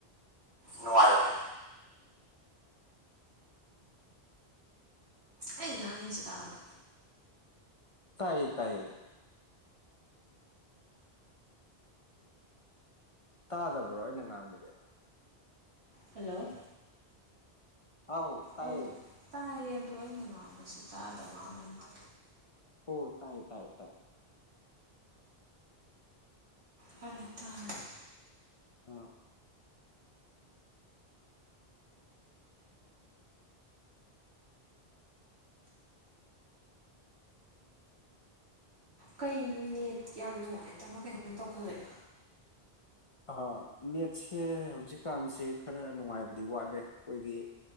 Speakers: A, on the right (about 80°); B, on the left (about 40°).
A: ꯅꯨꯡꯉꯥꯏꯕꯅꯦ ꯑꯩ ꯉꯥꯡꯉꯁꯤ ꯇꯥꯕ꯭ꯔ
B: ꯇꯥꯏꯌꯦ ꯇꯥꯏꯌꯦ ꯇꯥꯗꯕ꯭ꯔꯣ ꯑꯩꯅ ꯉꯥꯡꯕꯗꯤ
A: ꯍꯜꯂꯣ
B: ꯍꯥꯎ ꯇꯥꯏꯌꯦ
A: ꯑꯧ ꯇꯥꯏꯌꯦ ꯑꯗꯣ ꯑꯩꯅ ꯉꯥꯡꯕ ꯁꯨꯡꯇꯥ ꯇꯥꯕꯤꯗꯦ ꯅꯪꯗꯤ
B: ꯍꯣ ꯇꯥꯏ ꯇꯥꯏ ꯇꯥꯏ
A: ꯐꯔꯦ ꯇꯥꯔꯗꯤ
B: ꯑ
A: ꯀꯩꯅꯣ ꯅꯦꯠ ꯌꯥꯝ ꯅꯨꯡꯉꯥꯏꯇꯕ꯭ꯔꯥ ꯀꯩꯅꯣꯝ ꯇꯧꯈꯠꯂꯛꯑꯦ
B: ꯑ ꯅꯦꯠꯁꯦ ꯍꯧꯖꯤꯛꯀꯥꯟꯁꯦ ꯈꯔ ꯅꯨꯡꯉꯥꯏꯕꯗꯤ ꯋꯥꯠꯂꯦ ꯑꯈꯣꯏꯒꯤ